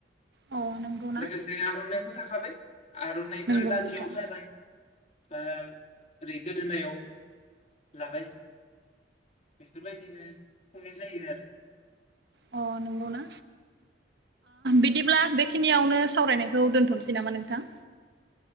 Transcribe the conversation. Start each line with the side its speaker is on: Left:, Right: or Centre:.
Right: अ नंगौ ना
Left: लोगोसे आर'नाइ। <unintelligible> आर'नाइखौ
Right: नंगौ
Left: जान्जियाव
Right: नोंथां
Left: खायबाय। बा ओरै गोदोनायाव लाबाय बेफोरबायदिनो खुंनाय जायो आरो
Right: अ नोंगौना बिदिब्ला
Left: औ
Right: बेखिनियावनो सावरायनायखौ दोन्थ'नोसै नामा नोंथां